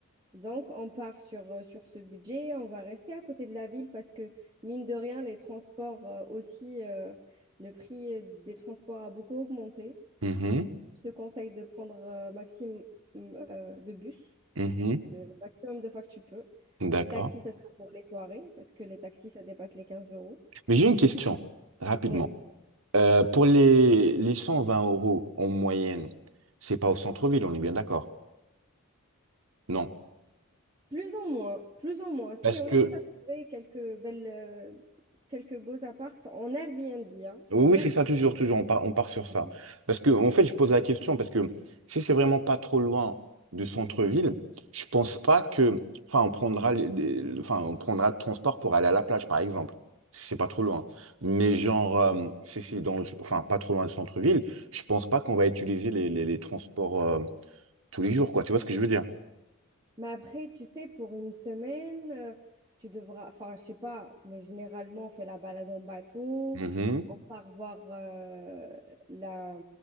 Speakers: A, on the right; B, on the right.
A: Donc, on part sur, euh, sur ce budget, on va rester à côté de la ville parce que, mine de rien, les transports euh, aussi, euh, le prix euh, des transports a beaucoup augmenté.
B: Mhm,
A: Je te conseille de prendre euh, maximum euh, le bus,
B: mhm.
A: le maximum de fois que tu peux.
B: D'accord.
A: Les taxis, ça sera pour les soirées parce que les taxis, ça dépasse les quinze euros.
B: Mais j'ai une question, rapidement.
A: Oui.
B: Euh, pour les, les 120 euros en moyenne, c'est pas au centre-ville, on est bien d'accord? Non.
A: Plus en moins, plus en moins. Si
B: Parce
A: on
B: que,
A: arrive à trouver quelques belles, euh, quelques beaux apparts en Airbnb, hein,
B: oui,
A: en
B: oui,
A: Airbnb,
B: c'est ça, toujours, toujours, on part, on part sur ça.
A: euh,
B: Parce que, en fait, je pose la question, parce que si c'est vraiment pas trop loin du centre-ville, je pense pas que, enfin, on prendra, les- des- enfin, on prendra le transport pour aller à la plage, par exemple. si C'est pas trop loin. Mais genre, euh, si c'est dans, le- enfin, pas trop loin du centre-ville, je pense pas qu'on va utiliser les, les, les transports, euh, tous les jours, quoi. Tu vois ce que je veux dire?
A: Mais après, tu sais, pour une semaine, euh, tu devras, enfin, je sais pas, mais généralement, on fait la balade en bateau,
B: Mhm.
A: on part voir euh, la,